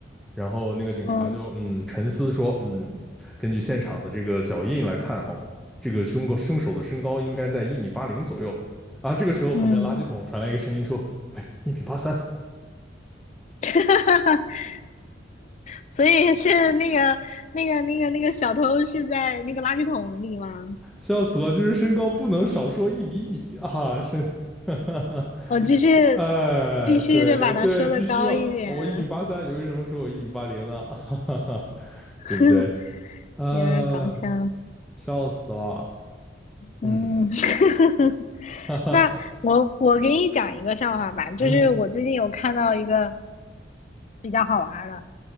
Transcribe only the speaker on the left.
嗯
嗯，
<laughs> 所以是那个那个那个那个小偷是在那个垃圾桶里吗？
哦，就是
必须得把它说的高一点，
<laughs>
有点搞笑，
嗯。
<laughs>
那我我给你讲一个笑话吧，就是我最近有看到一个
比较好玩儿的，